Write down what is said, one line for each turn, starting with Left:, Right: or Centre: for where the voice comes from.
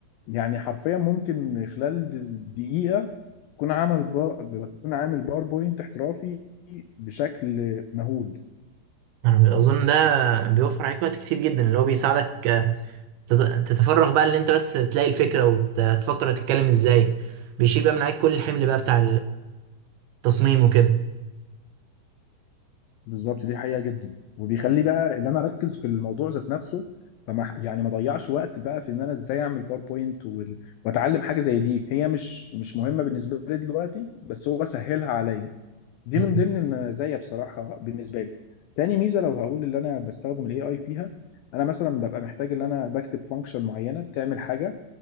Left: يعني حرفيا ممكن خلال دقيقه تكون عامل با... تكون عامل باوربوينت احترافي بشكل مهول
Right: انا اظن ده بيوفر عليك وقت كتير جدا اللي هو بيساعدك آه، تت- تتفرغ بقى اللي انت بس تلاقي الفكره وتفكر تتكلم ازاي بيشيل بقى من عليك كل الحمل بقى بتاع التصميم وكده
Left: بالظبط دي حقيقة جدا وبيخلي بقى اللي انا اركز في الموضوع ذات نفسه فما يعني ما ضيعش وقت بقى في ان انا ازاي اعمل باوربوينت وال... واتعلم حاجة زي دي هي مش مش مهمة بالنسبة لي دلوقتي بس هو سهلها عليا دي
Right: مم.
Left: من ضمن المزايا بصراحة بالنسبة لي تاني ميزة لو هقول اللي انا بستخدم الاي اي فيها انا مثلا ببقى محتاج ان انا بكتب فانكشن معينة بتعمل حاجة